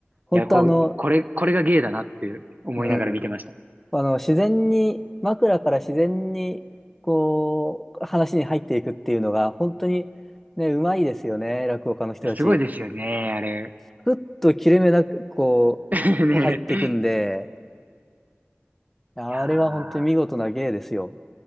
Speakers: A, in the centre; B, on the right.
A: ほんとあの、
B: いや、こう、これ、これが芸だなって思いながら見てました。
A: うん。あの、自然に、枕から自然に、こう、話に入っていくっていうのが、本当にね、うまいですよね、落語家の人たち。
B: すごいですよね、あれ。
A: ふっと切れ目なく、こう、
B: <laughs> ねえ
A: 入ってくんで、あれは本当に見事な芸ですよ。
B: いやー、